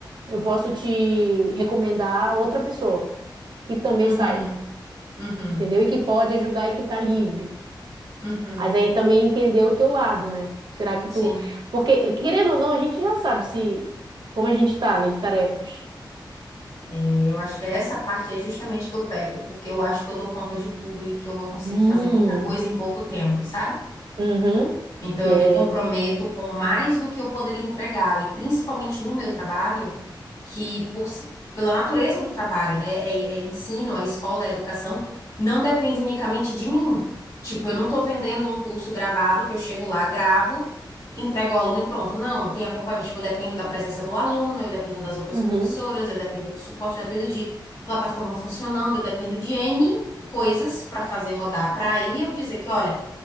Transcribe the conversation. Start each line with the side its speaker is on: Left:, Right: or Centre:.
Right: eu posso te recomendar outra pessoa que também
Left: uhum,
Right: saiba,
Left: uhum,
Right: entendeu? E que pode ajudar e que está livre.
Left: uhum.
Right: Mas aí também entender o teu lado, né? Será que
Left: Sim.
Right: tu. Porque, querendo ou não, a gente já sabe se como a gente tá, né, de tarefas.
Left: É, eu acho que é essa parte aí justamente que eu peco, porque eu acho que eu dou conta de tudo e que eu vou conseguir
Right: Hum,
Left: fazer muita coisa em pouco tempo, sabe?
Right: uhum,
Left: Então,
Right: é,
Left: eu me comprometo com mais do que eu poderia entregar, e principalmente no meu trabalho, que por, s- pela natureza do trabalho, né, é, é ensino, é escola, é educação, não depende unicamente de mim. Tipo, eu não estou vendendo um curso gravado que eu chego lá, gravo, entrego ao aluno e pronto. Não, tem acompanhamento. Tipo, eu dependo da presença do aluno, eu dependo das outras
Right: uhum,
Left: professoras, eu dependo do suporte, eu dependo de plataforma funcionando, eu dependo de N coisas para fazer rodar. Para aí eu dizer que, olha